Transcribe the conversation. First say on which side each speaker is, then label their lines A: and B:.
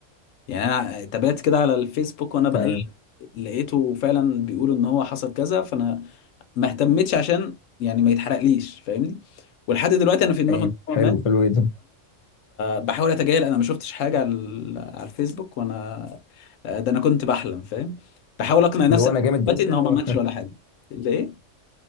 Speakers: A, on the left; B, on the left.
A: يعني انا تابعت كده على الفيسبوك وانا بقلب
B: تمام
A: لقيته فعلا بيقولوا ان هو حصل كذا فانا ما اهتمتش عشان يعني ما يتحرقليش فاهمني ولحد دلوقتي انا في دماغي
B: تمام
A: ان هو
B: حلو
A: مات
B: حلو جدا
A: بحاول اتجاهل انا ما شفتش حاجه على ال- على الفيسبوك وانا ده انا كنت بحلم فاهم بحاول اقنع نفسي
B: اللي هو انا جامد جدا
A: دلوقتي ان هو ما
B: و...
A: ماتش ولا حاجه ليه